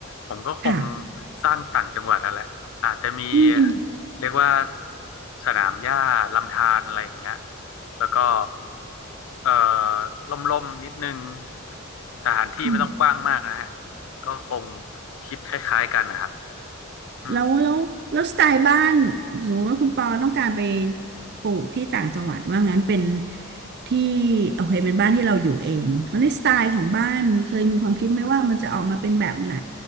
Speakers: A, on the left; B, on the right.
A: ผมก็คง
B: ค่ะ
A: สร้างต่างจังหวัดนั่นแหละอาจจะมี
B: อืมอ
A: เรียกว่าสนามหญ้าลำธารอะไรอย่างเงี้ยแล้วก็เอ่อล่มๆนิดนึงสถานที่ไม่ต้องกว้างมากนะฮะ
B: ืม
A: ก็คงคิดคล้ายๆกันนะครับอืม
B: แล้วแล้วแล้วสไตล์บ้านสมมติว่าคุณปอต้องการไปปลูกที่ต่างจังหวัดว่างั้นเป็นที่โอเคเป็นบ้านที่เราอยู่เองคราวนี้สไตล์ของบ้านเคยมีความคิดไหมว่ามันจะออกมาเป็นแบบไหน